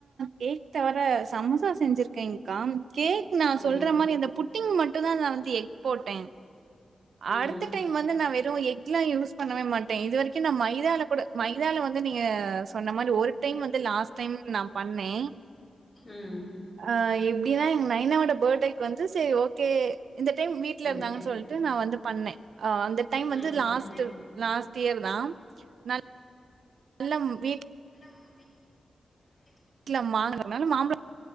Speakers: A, on the right; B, on the left.
A: கேக் தவிர சமோசா செஞ்சிருக்கேன்கா கேக் நா
B: ம்.
A: சொல்ற மா மாரி அந்த புட்டிங் மட்டு தா நா வந்து எஃக் போட்டே
B: ம்.
A: அடுத்த டைம் வந்து நா வெறு எக்ல்லா யூஸ் பண்ணவே மாட்டே இது வரிக்கு நா மைதலா கூட மைதாலா வ ந்து நீங்க சொன்ன மாரி ஒரு டைம் வந்து லாஸ்ட் டைம் நா பண்ணே
B: ம்.
A: ஆ எப்டின்னா எங் நைனாவோட படேக் வந்து செரி ஓகே இந்த டைம் வீட்ல இருந்தாங்கன்
B: ம்.
A: சொல் ட்டு வந்து நா வந்து பண்ணே அ அந்த டைம்
B: ஆ
A: வந்து
B: ம்,
A: லாஸ்ட்டு
B: ம்.
A: லாஸ்ட் இயரு தா நல் எல்லாம் வீட்
B: ம் பி
A: ட்ல மாங் அதானலா மாம்பழம்